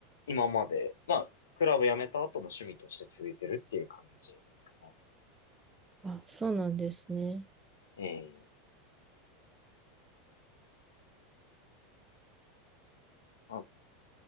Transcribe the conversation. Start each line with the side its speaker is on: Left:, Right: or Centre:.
Left: 今まで、まあ、クラブ辞めた後も趣味として続いてるっていう感じですかね。
Right: あ、そうなんですね。
Left: ええまあ、